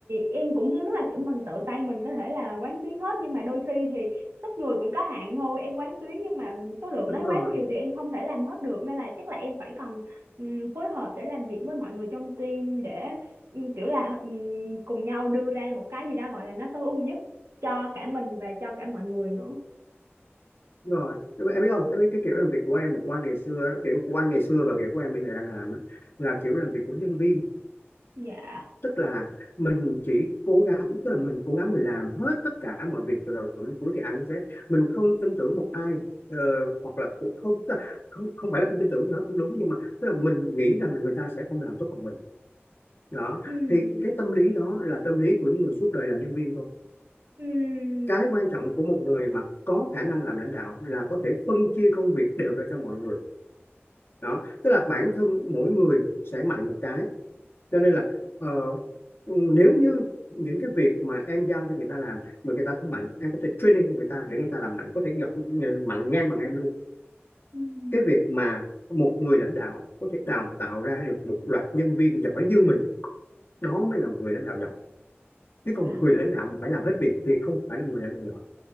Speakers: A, on the right; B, on the left.
A: em cũng muốn là kiểu mình tự tay mình có thể là quán xuyến hết nhưng mà đôi khi thì sức người cũng có hạn thôi em quán xuyến nhưng mà số lượng
B: đúng
A: nó
B: rồi
A: quá nhiều thì em không thể làm hết được nên là chắc là em phải cần ừm, phối hợp để làm việc với mọi người trong team để ừm, kiểu là ừm, cùng nhau đưa ra một cái gì đó gọi là nó tối ưu nhất cho cả mình và cho cả mọi người nữa
B: đúng rồi Đúng rồi, em biết không em biết cái kiểu làm việc của em và của anh ngày xưa đó, kiểu của anh ngày xưa và kiểu của em bây giờ đang làm đó, là kiểu làm việc của nhân viên
A: dạ
B: tức là mình chỉ cố gắng tức là mình cố gắng mình làm hết tất cả mọi việc từ đầu đến cuối thì A đến Z mình không tin tưởng một ai ờ, hoặc là cũng không tức là không không phải là không tin tưởng nó cũng đúng nhưng mà tức là mình nghĩ rằng là người ta sẽ không làm tốt bằng mình đó
A: Ừm.
B: thì cái tâm lý đó là tâm lý của những người suốt đời làm nhân viên thôi
A: Ừm.
B: cái quan trọng của một người mà có khả năng làm lãnh đạo là có thể phân chia công việc đều ra cho mọi người đó tức là bản thân mỗi người sẽ mạnh một cái cho nên là ờ, nếu như những cái việc mà em giao cho người ta làm mà người ta không mạnh em có thể training cho người ta để người ta làm mạnh có thể dọc mạnh ngang bằng em luôn
A: Ừm.
B: cái việc mà một người lãnh đạo có thể đào tạo ra được một loạt nhân viên giỏi như mình đó mới là một người lãnh đạo giỏi chứ
A: Wow
B: còn một người lãnh đạo mà phải làm hết việc thì không phải là một người lãnh đạo giỏi